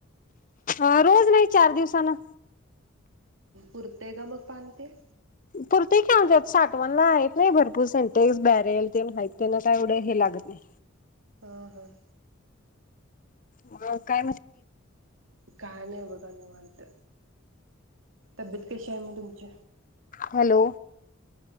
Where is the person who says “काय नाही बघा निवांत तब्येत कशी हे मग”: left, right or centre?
Right